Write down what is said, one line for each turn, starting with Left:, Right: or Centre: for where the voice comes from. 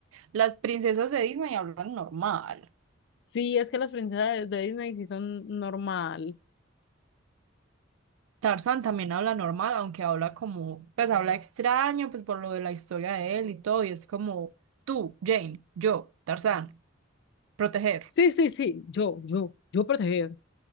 Right: Las princesas de Disney hablan normal.
Left: Sí, es que las princesas de Disney sí son normal.
Right: Tarzan también habla normal, aunque habla como, pues habla extraño, pues por lo de la historia de él y todo, y es como tú, Jane, yo, Tarzan, proteger,
Left: Sí, sí, sí, yo, yo, yo proteger,